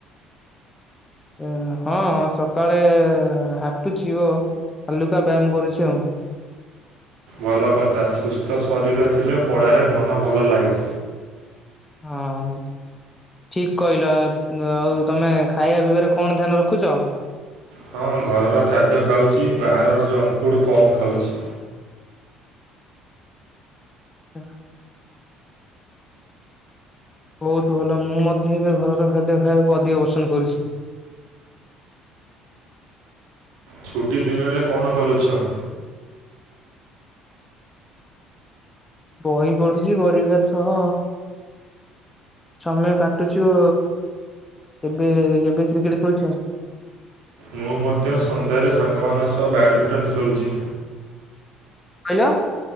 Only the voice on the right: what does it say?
ଭଲ କଥା ସୁସ୍ଥ ଶରୀର ଥିଲେ ପଢାରେ ମନ ଭଲ ଲାଗେ।
ହଁ ଘରର ଖାଦ୍ୟ ଖାଉଚି ବାହାରର ଜଙ୍କ ଫୁଡ଼୍ କମ୍ ଖାଉଛି।
ଛୁଟି ଦିନରେ କଣ କରୁଛ?
ମୁଁ ମଧ୍ୟ ସନ୍ଧ୍ୟାରେ ସାଙ୍ଗମାନଙ୍କ ସହ ବ୍ୟାଡ଼ମିଟନ ଖେଳୁଚି।